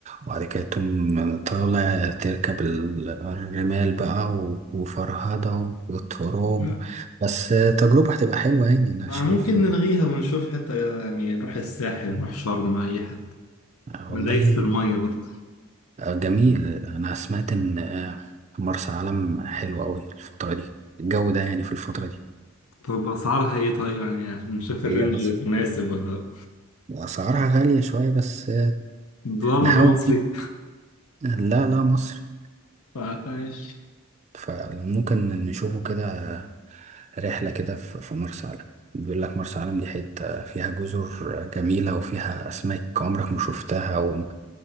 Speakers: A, on the right; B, on the left.
A: وبعد كده تقوم طالع تركب ال- الرمال بقى و- وفرهدة والتراب
B: <laughs>
A: بس تجربة هتبقى حلوة يعني أنا
B: ما
A: شايف
B: ممكن نلغيها ونشوف حتى يعني نروح الساحل نروح شرم أي حتة
A: والله
B: أنا دايس في المية برضو
A: جميل أنا سمعت إن مرسى علم حلوة أوي الفترة دي الجو ده يعني في الفترة دي
B: طب اسعارها ايه طيب يعني عشان نشوف الرينج
A: هي أصلا
B: مناسب ولا لا
A: أسعارها غالية شوية بس
B: دولار ولا
A: نحاول
B: مصري
A: نجيب لا لا مصر
B: فماشي
A: فممكن نشوفه كده رحلة كده في في مرسى علم بيقول لك مرسى علم دي حتة فيها جزر جميلة وفيها أسماك عمرك ما شفتها و